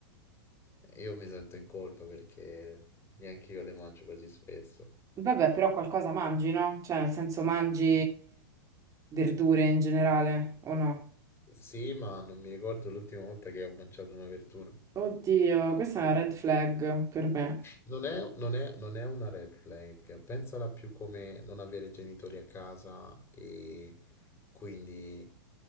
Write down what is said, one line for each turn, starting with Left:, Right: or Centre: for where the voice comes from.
Left: io mi sento in colpa perché neanche io le mangio così spesso.
Right: Vabbè, però qualcosa mangi, no? Cioè, nel senso mangi verdure in generale o no?
Left: Sì, ma non mi ricordo l'ultima volta che ho mangiato una verdura.
Right: Oddio, questa è una red flag per me.
Left: Non è, non è- non è una red flag, pensala più come non avere genitori a casa e quindi